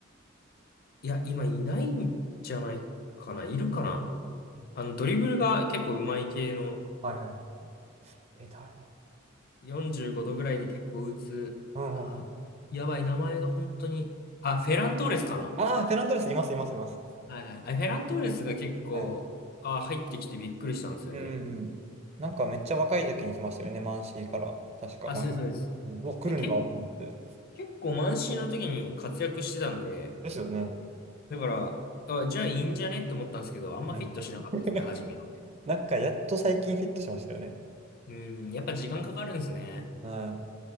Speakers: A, on the left; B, on the right.
A: いや、今いないんじゃないかな。いるかな。
B: うん、
A: あの、ドリブルが結構上手い系の、
B: はいはいはい。え、誰だろ
A: 45度ぐらいで結構打つ。
B: う。うんうんうん。
A: あ、やばい、名前が本当に。あ、フェラントーレスかな。
B: ああ、フェラントレス、います、います、います。
A: はいはい。あフェラントーレスが結構、
B: はい。
A: あ、入ってきてびっくりしたんですよね。
B: うんうんうん。なんかめっちゃ若い時に来ましたよね、マンシーから。確か、
A: あ、
B: マン、
A: そうです、そうです。
B: うん、うわ、来るんだと思って。
A: で、結結構満身の時に活躍してたんで、
B: ですよね。
A: だから、あ、じゃあいいんじゃねって思ったんですけど、あんまフィットしなかったですね、
B: はい <laughs>
A: 初めの。
B: なんかやっと最近フィットしましたよね。
A: うん、やっぱ時間かかるんですね。
B: はい